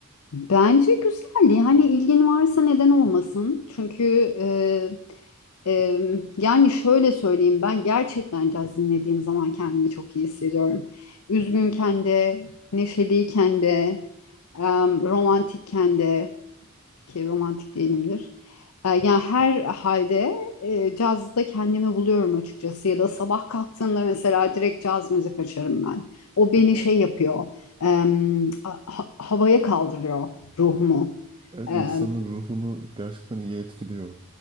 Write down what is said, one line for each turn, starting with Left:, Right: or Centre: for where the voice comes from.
Left: Bence güzel. Yani ilgin varsa neden olmasın? Çünkü e, e, yani şöyle söyleyeyim ben gerçekten caz dinlediğim zaman kendimi çok iyi hissediyorum. Üzgünken de, neşeliyken de, em, romantikken de ki romantik değilimdir. E, yani her halde e, cazda kendimi buluyorum açıkçası ya da sabah kalktığımda mesela direkt caz müzik açarım ben. O beni şey yapıyor, em, a- ha- havaya kaldırıyor ruhumu.
Right: Evet
Left: Em,
Right: insanın ruhunu gerçekten iyi etkiliyor